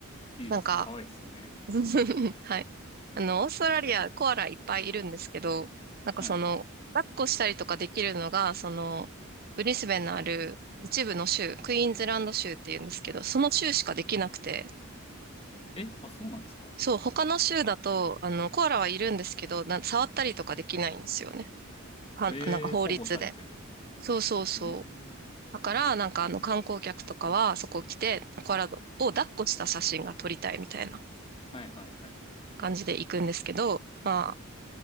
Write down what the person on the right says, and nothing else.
なんか、
<laughs> はい。あの、オーストラリア、コアラいっぱいいるんですけど、なんかその、
抱っこしたりとかできるのが、その、ブリスベンのある一部の州、クイーンズランド州っていうんですけど、その州しかできなくて、
そう、他の州だと、あの、コアラはいるんですけど、な触ったりとかできないんですよね。は、
なんか法律で。
そうそうそう。
だから、なんかあの、観光客とかは、そこ来て、コアラを抱っこした写真が撮りたいみたいな
感じで行くんですけど、まあ、